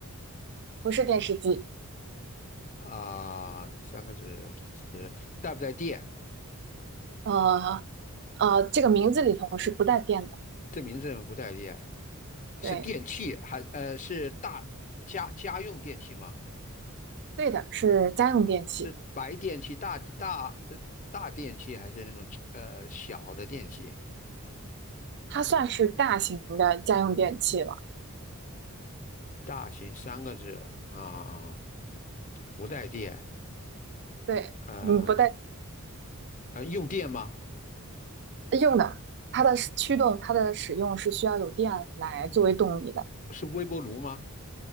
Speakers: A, on the right (about 50°); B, on the left (about 35°).
A: 不是电视机，
B: 啊、三个字是带不带电？
A: 呃呃，这个名字里头是不带电的，
B: 这名字不带电，是电器还呃是大家家用电器吗？
A: 对，对的，是家用电器，
B: 是白电器大大是大电器还是那种呃小的电器？
A: 它算是大型的家用电器了，
B: 大型三个字啊，不带电，
A: 对，
B: 呃
A: 嗯，不带
B: 呃用电吗？
A: 用的，它的使驱动，它的使用是需要有电来作为动力的，
B: 是微波炉吗？